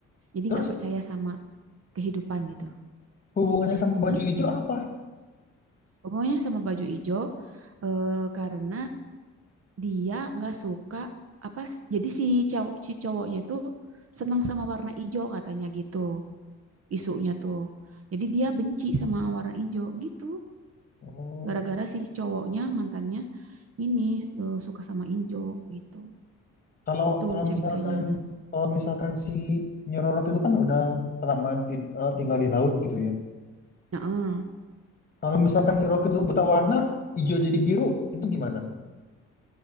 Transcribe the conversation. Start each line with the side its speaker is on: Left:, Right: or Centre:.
Right: Jadi
Left: terus
Right: nggak percaya sama kehidupan gitu.
Left: hubungannya sama baju
Right: Hmm?
Left: hijau apa?
Right: Pokoknya sama baju ijo eh, karena dia nggak suka apa jadi si cowok si cowoknya itu senang sama warna ijo katanya gitu isunya tuh. Jadi dia benci sama warna ijo gitu.
Left: Oh,
Right: Gara-gara si cowoknya mantannya ini eh, suka sama ijo gitu.
Left: kalau
Right: Itu
Left: kalau
Right: ceritanya.
Left: misalkan kalau misalkan si Nyeroro Kidul kan udah kelamaan ti- eh, tinggal di laut gitu ya.
Right: Nah,
Left: Kalau misalkan Nyeroro Kidul buta warna, hijau jadi biru, itu gimana?